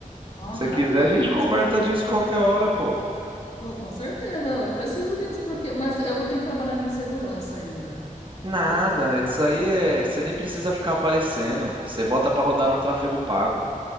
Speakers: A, on the left (about 45°); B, on the right (about 35°).
A: Ah,
B: Se
A: maravilha,
B: você quiser, a gente
A: não passa
B: conversa
A: mais que isso.
B: disso qualquer hora, pô.
A: Pô, com certeza, eu preciso disso, porque, mas eu vou ter que trabalhar minha insegurança ainda.
B: Nada,
A: Porque
B: isso aí é. Você nem precisa ficar aparecendo. Você bota pra rodar no tráfego pago.